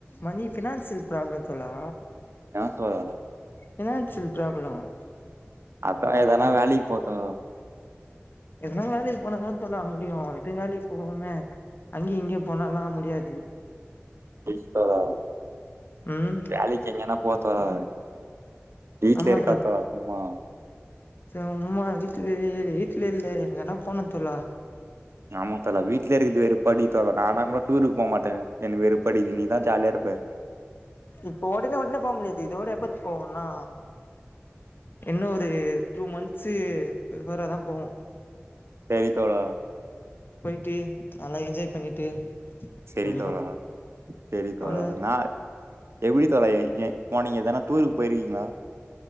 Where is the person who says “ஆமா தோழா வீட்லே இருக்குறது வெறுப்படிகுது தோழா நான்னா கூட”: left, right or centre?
Right